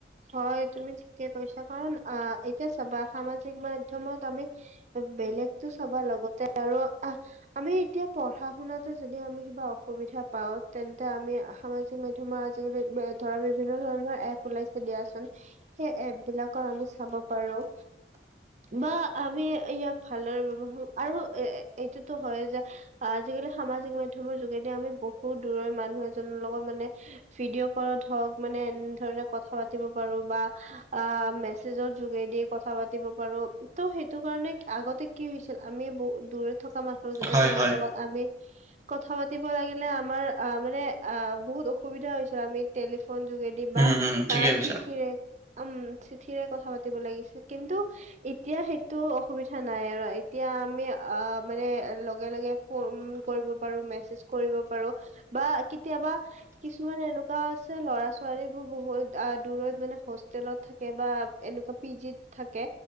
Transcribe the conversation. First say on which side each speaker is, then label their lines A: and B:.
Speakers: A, on the right (about 40°); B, on the right (about 15°).
A: হয়, তুমি ঠিকে কৈছা। কাৰণ অ, এতিয়া চাবা সামাজিক মাধ্যমত আমি, বেলেগ টো চাবা লগতে আৰু আহ, আমি এতিয়া পঢ়াশুনাতে যদি আমি কিবা অসুবিধা পাও। <unintelligible> তেন্তে আমি সামাজিক মাধ্যমৰ আজিকালি ধৰা বিভিন্ন ধৰণৰ এপ ওলাই দিয়াচোন, সেই এপ বিলাকত আমি চাব পাৰোঁ, বা আমি ইয়াক ভালদৰে ব্যৱহাৰ আৰু এ এইটোতো হয় যে আজিকালি সামাজিক মাধ্যমৰ যোগেদি এতিয়া আমি বহুত দূৰৰ মানুহ এজনৰ লগত মানে, ভিডিঅ' কলত হওক মানে এনেধৰণে কথা পা তিব পাৰোঁ বা, মেছেজৰ যোগেদি কথা পাতিব পাৰোঁ, ত' সেইটো কাৰণে আগতে কি হৈছিল আমি বহু দূৰে থকা মা <unintelligible>
B: হয়
A: এজনৰ
B: হয়
A: লগত আমি, কথা পাতিব লাগিলে আমাৰ আহ মানে আহ বহুত অসুবিধা হৈছিল আমি টেলিফোন যোগেদি
B: উম
A: বা
B: উম ঠিকেই
A: অ',
B: কৈছা।
A: চিঠিৰে উম, চিঠিৰে কথা পাতিব লাগিছিল, কিন্তু এতিয়া সেইটো অসুবিধা নাই আৰু এতিয়া আমি অ মানে লগে লগে ফোন কৰিব পাৰো মেছেজ কৰিব পাৰো। বা কেতিয়াবা কিছুমান এনেকুৱা আছে ল'ৰা ছোৱালী বোৰ বহুত অ দূৰত মানে হোষ্টেলত থাকে বা এনেকুৱা পি জিত থাকে